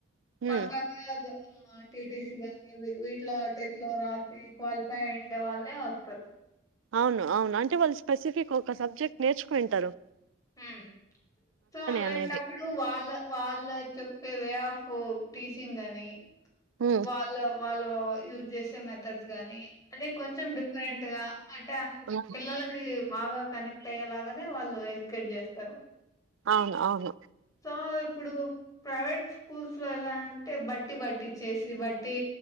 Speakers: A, on the left; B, on the right.
A: పక్కాగా
B: ఉమ్
A: ఆ టీటీసీ గాని వీట్లో టెట్ లో రాసి క్వాలిఫై అయిండే వాళ్ళే వస్తారు
B: అవును అవును అంటే వాళ్ళు స్పెసిఫిక్ ఒక సబ్జెక్ట్ నేర్చుకోయింటారు
A: ఉమ్ సో అలాంటప్పుడు
B: అనేది
A: వాళ్ళ వాళ్ళ చెప్పే వే ఆఫ్ ఓ టీచంగ్ గాని
B: ఉమ్
A: వాళ్ళ వాళ్ళ యూజ్ చేసే మెథడ్స్ గానీ అంటే కొంచెం డిఫరెంట్ గా అంటే అన్
B: ఉమ్
A: పిల్లలకి బాగా కనెక్ట్ అయ్యేలాగానే వాళ్ళు ఎడ్యు కేట్ చేస్తారు
B: అవును అవును
A: ఆ ఇప్పుడు ప్రైవేట్ స్కూల్స్ లో ఎలా అంటే బట్టి బట్టి చేసి బట్టి